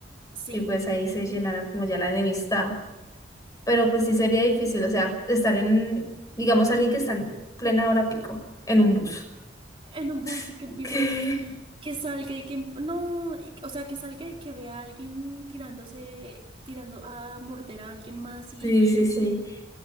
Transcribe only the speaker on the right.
Sí,
en un bus
y que
empiece,
que salga y que, em- no, y- o sea, que salga y que vea a alguien tirándose, tirando a morder a alguien más y,